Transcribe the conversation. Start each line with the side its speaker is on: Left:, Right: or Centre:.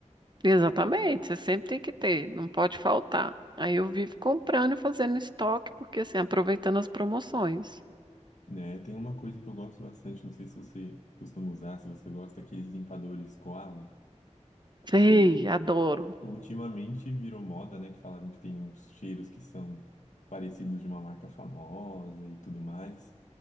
Right: Exatamente, você sempre tem que ter, não pode faltar. Aí eu vivo comprando e fazendo estoque, porque assim, aproveitando as promoções.
Left: Né? Tem uma coisa que eu gosto bastante, não sei se você costuma usar, se você gosta, aqueles limpadores Koala,
Right: Sei,
Left: que
Right: adoro.
Left: Ultimamente virou moda, né? Que falaram que tem uns cheiros que são parecidos de uma marca famosa e tudo mais.